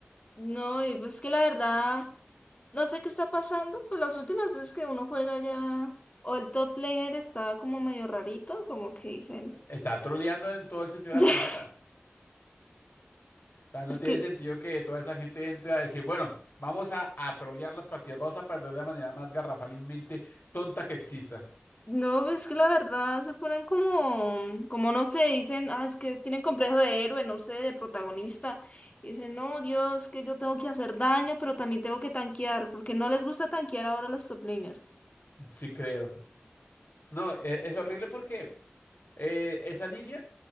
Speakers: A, on the left; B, on the left.
A: No, y pues que la verdad. No sé qué está pasando, pues las últimas veces que uno juega ya, o el top laner estaba como medio rarito, como que dicen.
B: Está troleando en todo el sentido
A: <laughs>
B: de la palabra. O sea, no
A: Es
B: tiene
A: que,
B: sentido que toda esa gente entre a decir, bueno, vamos a, a trolear las partidas, vamos a perder de la manera más garrafalmente tonta que exista.
A: no, es que la verdad se ponen como, como no sé, dicen, ah, es que tienen complejo de héroe, no sé, de protagonista. Y dicen, no, Dios, que yo tengo que hacer daño, pero también tengo que tanquear, porque no les gusta tanquear ahora a los top laners.
B: Sí, creo. No, e- es horrible porque eh, esa línea,